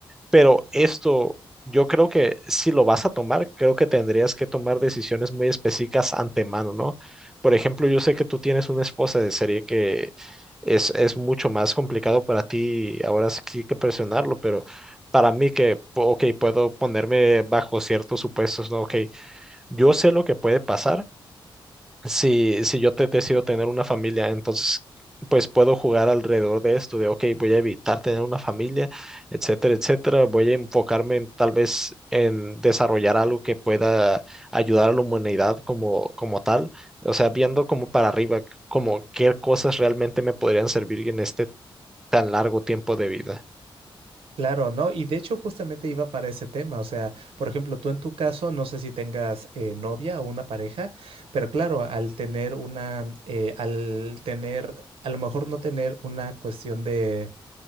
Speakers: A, in the centre; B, on the right (about 80°).
A: Pero esto, yo creo que si lo vas a tomar, creo que tendrías que tomar decisiones muy específicas antemano, ¿no? Por ejemplo, yo sé que tú tienes una esposa de serie que es, es mucho más complicado para ti, ahora sí que presionarlo, pero para mí que, ok, puedo ponerme bajo ciertos supuestos, ¿no? Ok, yo sé lo que puede pasar si, si yo te decido tener una familia, entonces pues puedo jugar alrededor de esto, de, ok, voy a evitar tener una familia, etcétera, etcétera. Voy a enfocarme en, tal vez en desarrollar algo que pueda ayudar a la humanidad como, como tal, o sea, viendo como para arriba, como qué cosas realmente me podrían servir en este tan largo tiempo de vida.
B: Claro, no, y de hecho justamente iba para ese tema, o sea, por ejemplo, tú en tu caso, no sé si tengas eh, novia o una pareja, pero claro, al tener una, eh, al tener, a lo mejor no tener una cuestión de